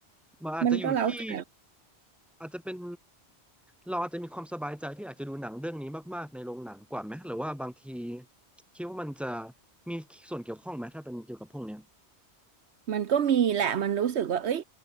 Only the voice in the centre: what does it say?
มันอาจจะอยู่ที่
อาจจะเป็นเราอาจจะมีความสบายใจที่อาจจะดูหนังเรื่องนี้มากๆในโรงหนังกว่าไหมหรือว่าบางทีคิดว่ามันจะมีส่วนเกี่ยวข้องไหมถ้าเป็นเกี่ยวกับพวกเนี้ย